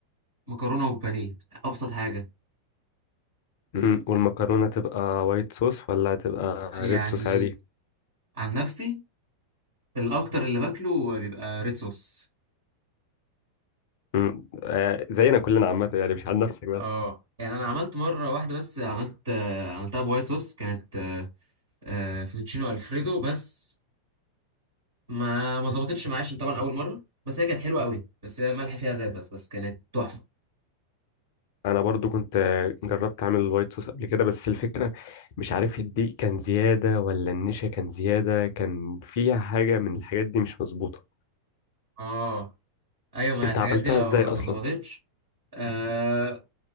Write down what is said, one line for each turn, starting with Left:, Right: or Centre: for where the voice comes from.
Right: مكرونة وبانيه أبسط حاجة
Left: مم. والمكرونة تبقى وايت صوص ولا تبقى
Right: يعني
Left: ريد صوص عادي
Right: عن نفسي الأكتر اللي باكله بيبقى ريد صوص
Left: مم. آه زينا كلنا عامة يعني مش عن نفسك بس
Right: اه يعني أنا عملت مرة واحدة بس عملت آه، عملتها بوايت صوص كانت آه، آه، فوتوتشينو ألفريدو بس ما ما ظبطتش معايا عشان طبعا اول مره بس هي كانت حلوه قوي بس هي الملح فيها زاد بس بس كانت تحفه
Left: انا برضو كنت جربت اعمل الوايت صوص قبل كده بس الفكرة مش عارف الدقيق كان زيادة ولا النشا كان زيادة كان فيها حاجة من الحاجات دي مش مظبوطة
Right: اه ايوه ما
Left: انت
Right: الحاجات
Left: عملتها
Right: دي لو
Left: ازاي
Right: لو
Left: اصلا
Right: ما ظبطتش آه